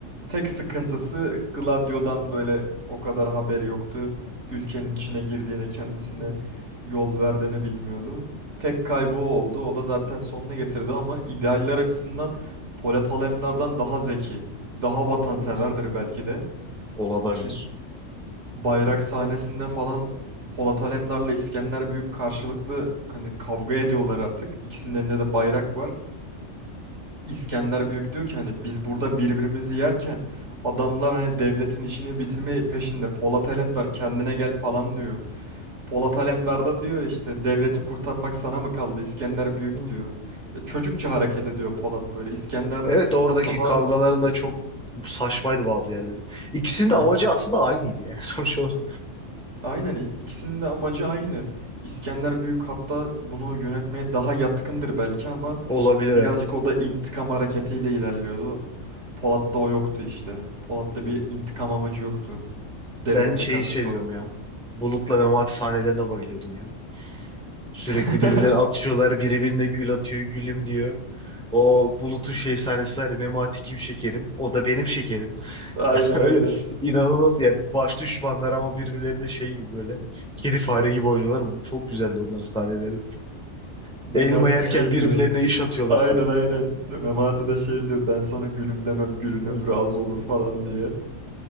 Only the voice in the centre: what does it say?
Hı.
Hı.
Hı.
Olabilir.
Hı.
Evet oradaki
kavgaların da çok saçmaydı bazı yerleri. İkisinin
de amacı aslında aynıydı yani <laughs> sonuç olarak.
Olabilir
evet.
Ben şeyi
seviyorum
ya. Bulut'la Memati sahnelerine bayılıyordum ya. Sürekli
birbirlerine atışıyorlar. Biri birine gül atıyor. Gülüm diyor. O Bulut'un şey sahnesi var ya. Memati kim şekerim? O da benim şekerim.
<laughs> Öyle
inanılmaz. Yani baş düşmanlar ama birbirlerine şey gibi böyle. Kedi fare gibi oynuyorlar. Bu çok güzeldi onların sahneleri.
Elma yerken
birbirlerine
iş atıyorlar
falan.
<laughs>